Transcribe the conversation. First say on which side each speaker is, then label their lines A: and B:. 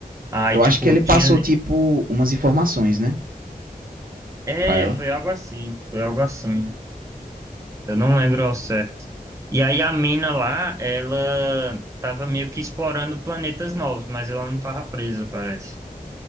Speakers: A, on the right (about 20°); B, on the right (about 65°).
A: Aí,
B: Eu
A: tipo,
B: acho que ele
A: tinha.
B: passou, tipo, umas informações, né?
A: É,
B: Pra ela.
A: foi algo assim, foi algo assim. Eu não lembro ao certo. E aí a mina lá, ela tava meio que explorando planetas novos, mas ela não tava presa, parece.